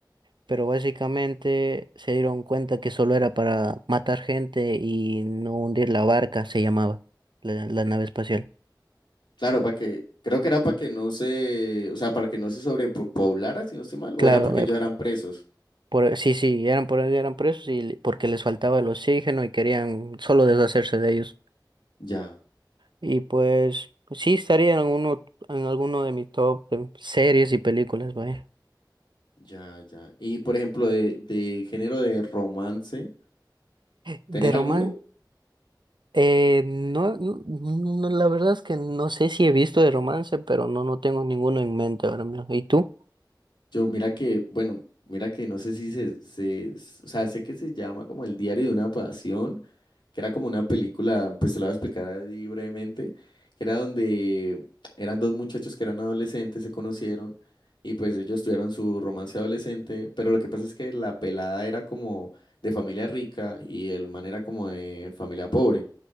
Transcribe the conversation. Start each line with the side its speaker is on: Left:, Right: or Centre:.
Right: pero básicamente se dieron cuenta que solo era para matar gente y no hundir la barca, se llamaba la la nave espacial.
Left: Claro, para que, creo que era para que no se, o sea, para que no se sobrepoblara, si no estoy mal, o
Right: Claro,
Left: era porque ellos eran presos.
Right: Por, sí, sí, eran, por, eran presos y le- porque les faltaba el oxígeno y querían solo deshacerse de ellos.
Left: Ya,
Right: Y pues pues sí estaría en uno, en alguno de mis top em, series y películas, vaya.
Left: ya, ya. Y por ejemplo, de, de género de romance,
Right: De
Left: ¿tenés alguna?
Right: romance, eh, no, no, no, la verdad es que no sé si he visto de romance, pero no, no tengo ninguno en mente ahora mismo. ¿Y tú?
Left: Yo, mira que, bueno, mira que no sé si se, se, s- o sea, sé que se llama como el diario de una pasión, que era como una película, pues se la voy a explicar así brevemente, que era donde eran dos muchachos que eran adolescentes, se conocieron y pues ellos tuvieron su romance adolescente, pero lo que pasa es que la pelada era como de familia rica y el man era como de familia pobre.